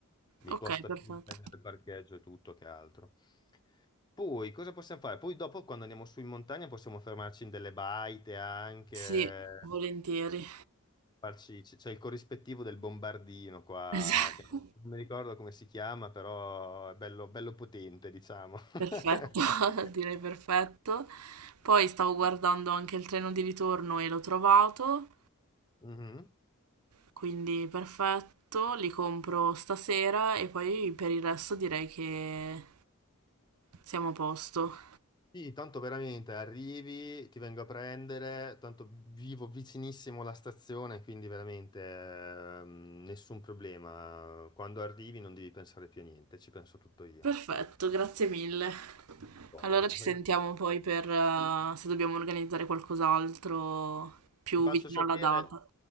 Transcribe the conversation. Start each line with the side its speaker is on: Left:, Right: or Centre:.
Left: mi
Right: Ok,
Left: costa
Right: perfetto.
Left: più prendere il parcheggio e tutto che altro. Poi cosa possiamo fare? Poi dopo quando andiamo su in montagna possiamo fermarci in delle baite anche,
Right: Sì, volentieri.
Left: farci- c- c'è il corrispettivo del bombardino qua,
Right: Esatto.
Left: che non mi ricordo come si chiama, però è bello, bello potente, diciamo.
Right: <laughs> Perfetto,
Left: <laughs>
Right: <laughs> direi perfetto. Poi stavo guardando anche il treno di ritorno e l'ho trovato,
Left: Mhm.
Right: quindi perfetto, li compro stasera e poi per il resto direi che siamo a posto.
Left: Sì, tanto veramente arrivi, ti vengo a prendere, tanto vivo vicinissimo alla stazione, quindi veramente ehm, nessun problema. Quando arrivi non devi pensare più a niente, ci penso tutto io.
Right: Perfetto, grazie mille.
Left: Cosa?
Right: Allora ci sentiamo poi per eh, se dobbiamo organizzare qualcos'altro più
Left: Ti faccio
Right: vicino
Left: sapere,
Right: alla data.